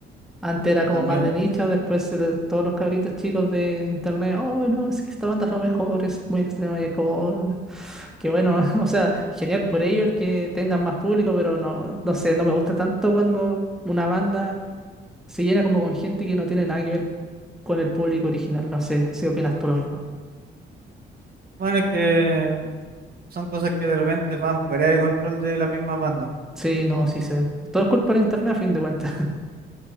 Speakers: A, in the centre; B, on the right (about 50°).
A: Antes era como
B: también.
A: más de nicho, después el- todos los cabritos chicos de internet, oh no, es que esta banda es lo mejor, es muy extrema y es como, "Oh, qué bueno, <laughs> o sea, genial por ellos que tengan más público, pero no, no sé, no me gusta tanto cuando una banda se llena como con gente que no tiene nada que ver con el público original. No sé si opinas tú lo mismo.
B: Bueno, es que son cosas que de repente van fuera de control de las mismas bandas.
A: Sí,
B: ¿cachai?
A: no,
B: Como,
A: sí sé. Todo es culpa de internet a fin de cuentas. <laughs>